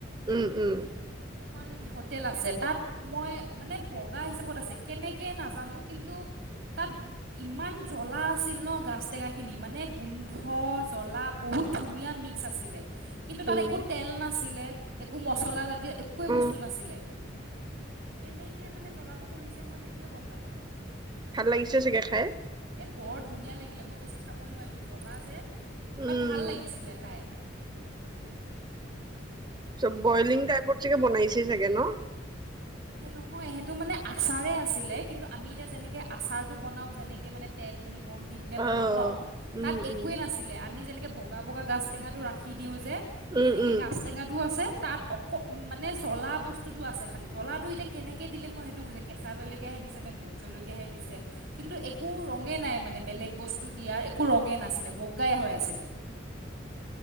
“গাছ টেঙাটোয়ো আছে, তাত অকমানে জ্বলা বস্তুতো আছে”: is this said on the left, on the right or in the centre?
Right